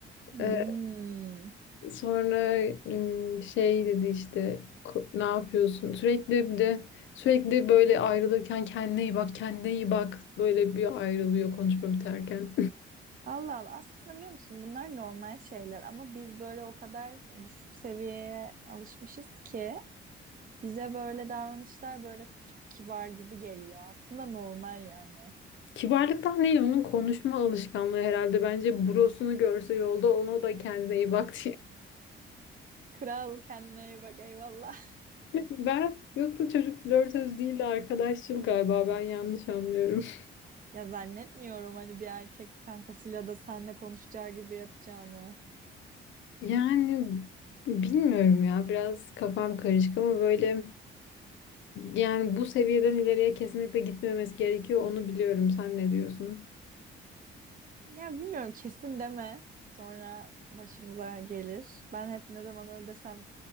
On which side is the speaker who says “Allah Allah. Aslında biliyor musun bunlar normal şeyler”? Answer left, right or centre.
Right